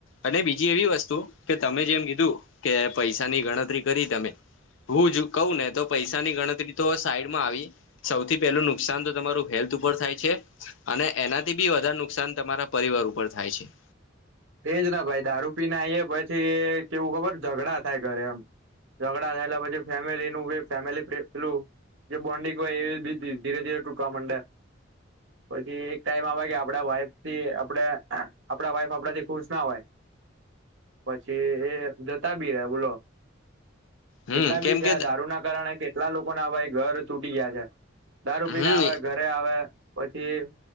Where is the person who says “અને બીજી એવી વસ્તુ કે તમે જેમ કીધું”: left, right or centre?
Left